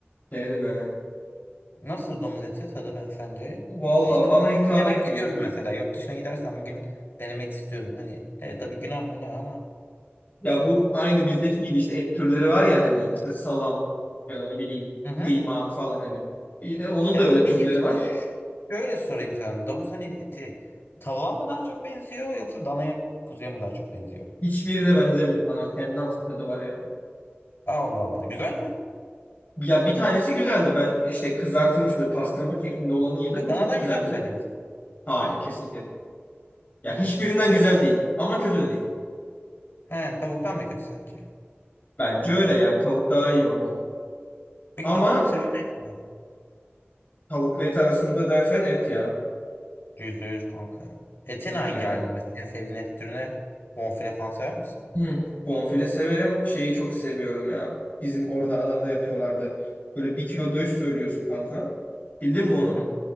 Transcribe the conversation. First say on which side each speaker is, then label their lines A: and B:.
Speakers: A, on the left; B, on the left.
A: Denedim he.
B: Nasıl domuz eti tadı ben sence?
A: Valla
B: Ben hiç domuz
A: bana hitap
B: etini merak
A: etmiyor.
B: ediyorum mesela. Yurt dışına gidersem bir gün denemek istiyorum. Hani e, tabii günah münah ama.
A: Ya bu aynı bizdeki gibi işte et türleri var ya hani işte salam ya da ne bileyim
B: Hı hı.
A: kıyma falan hani. E, onun
B: Ya
A: da öyle türleri
B: peki ş-
A: var.
B: şöyle sorayım sana. Domuz hani eti tavuğa mı daha çok benziyor yoksa danaya kuzuya mı daha çok benziyor?
A: Hiçbirine benzemiyor falan. Kendine has bir tadı var ya.
B: Allah Allah. Güzel mi?
A: Ya bir tanesi güzeldi. Ben işte kızartılmış böyle pastırma şeklinde olanı yedim.
B: Ya
A: O
B: danadan
A: çok güzeldi.
B: güzel mi sence mesela?
A: Hayır kesinlikle değil. Ya
B: Hı.
A: hiçbirinden
B: Güzel.
A: güzel değil. Ama kötü de değil.
B: He, tavuktan da kötü sence.
A: Bence öyle yani. Tavuk daha iyi ondan.
B: Peki
A: Ama
B: tavuk mu seviyorsun?
A: tavukla et arasında dersen et ya.
B: Yüzde yüz kanka ya. Etin
A: Et
B: hangi
A: yani.
B: halini mesela? En sevdiğin et türüne bonfile falan sever misin?
A: Hı. Bonfile severim. Şeyi çok seviyorum ya. Bizim orada Adana'da yapıyorlardı. Böyle bir kilo döş söylüyorsun kanka. Bildin mi onu?
B: Hı hı.